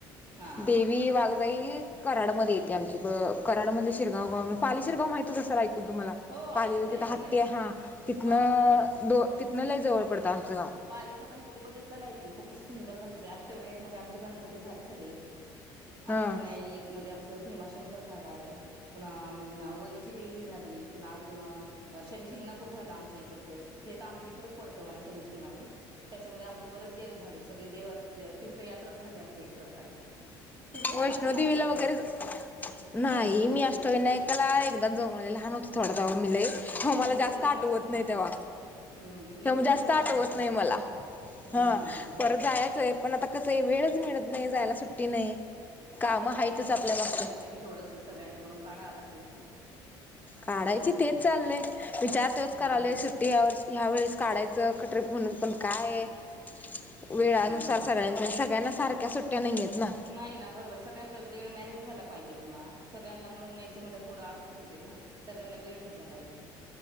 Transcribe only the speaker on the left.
देवी वाघजाई- कराडमध्ये
येते आमची. कराडमध्ये शिरगाव गाव. पाली शिरगाव माहितीच असेल ऐकून तुम्हाला?
पालीला
तिथ
हत्ती.
हा. तिथनं
द तिथनं लय जवळ पडतं आमचं गाव.
हा
वैष्णोदेवीला
वगैरे- नाही.
मी
अष्टविनायकाला एकदाच जाऊन आले. लहान होते थोड तेव्हा मी लई.
म मला
जास्त
आठवत
नाहीत. तेवा-
जास्त
आठवत
नाही मला.
हं.
परत जायाचय. पण आता कसय? वेळच मिळत नाही. जायला सुट्टी नाही. काम
हायतच
आपल्या मागचं
काढायची
तेच चाललय. विचार तोच
करायलोय सुट्टी यावर्षी- ह्या वेळेस काढायचं क ट्रीप म्हणून. पण काय- वेळानुसार
सगळ्यांच्या. सगळ्यांना सारख्या सुट्ट्या नाहीयेत ना?